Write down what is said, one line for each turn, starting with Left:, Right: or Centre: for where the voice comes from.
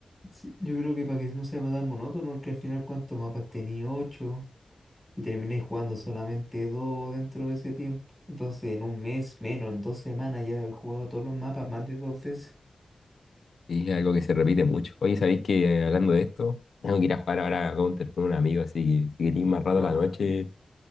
Centre: Sí, yo creo que para que no sea tan monótono, porque al final cuántos mapas tenía 8 y termináis jugando solamente 2 dentro de ese tiempo. Entonces en un mes menos, en dos semanas ya he jugado todos los mapas más de dos veces.
Left: Y es algo que se repite mucho. Oye, ¿sabéis que eh, hablando de esto, tengo que ir a jugar ahora a Counter con un amigo, así que si queréis más rato
Centre: No.
Left: a la noche.